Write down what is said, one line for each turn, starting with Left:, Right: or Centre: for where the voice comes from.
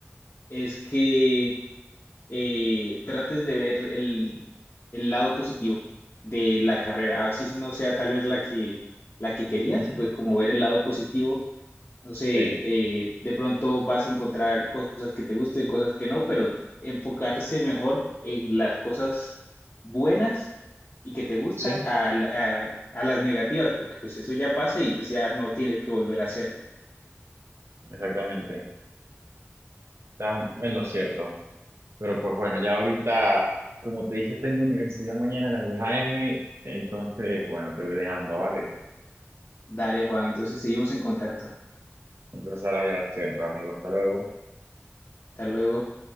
Left: es que eh, trates de ver el, el lado positivo de la carrera. Así no sea tal vez la que, la que querías,
Right: Ujú.
Left: pues como ver el lado positivo no sé,
Right: Sí,
Left: eh, de pronto vas a encontrar cosas que te gusten, cosas que no, pero enfocarse mejor en las cosas buenas y que te gustan
Right: sí,
Left: a, la- a- a las negativas, porque pues eso ya pasa y pues ya no tienes que volver a hacerlo.
Right: exactamente. Estás en lo cierto. Pero pues bueno, ya ahorita, como te dije, tengo universidad mañana a las 10 a.m. Entonces, bueno, te voy dejando, ¿vale?
Left: Dale, Juan, entonces seguimos en contacto.
Right: Un placer hablar siempre, amigo. Hasta luego.
Left: Hasta luego.